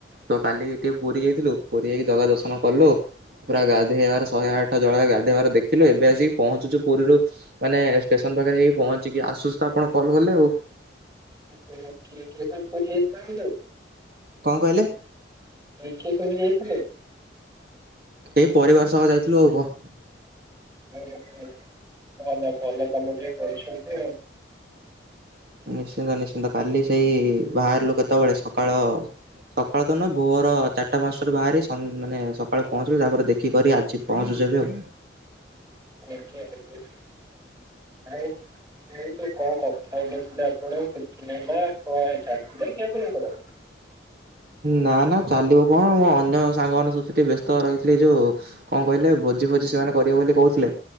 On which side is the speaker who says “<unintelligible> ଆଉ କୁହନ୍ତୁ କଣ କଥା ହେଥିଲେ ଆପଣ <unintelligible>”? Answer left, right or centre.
Right